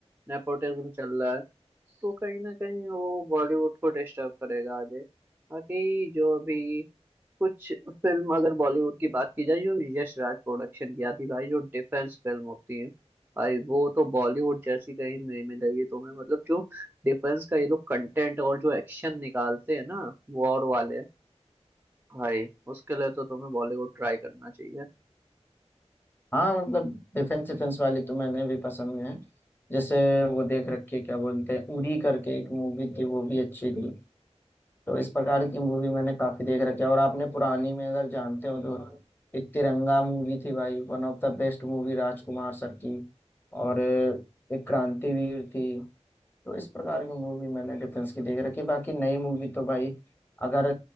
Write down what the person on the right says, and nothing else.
नेपोटिज्म चल रहा है तो कहीं ना कहीं वो बॉलीवुड को डिस्टर्ब करेगा आगे बाकी जो भी कुछ फिल्म अगर बॉलीवुड की बात की जाए जो यश राज प्रोडक्शन की आती भाई जो डिफेंस फिल्म होती है भाई वो तो बॉलीवुड जैसी कहीं नहीं मिलेगी तुम्हें मतलब जो डिफेंस का ये लोग कंटेंट और जो एक्शन निकालते हैं ना वॉर वाले भाई उसके लिए तो तुम्हें बॉलीवुड ट्राई करना चाहिए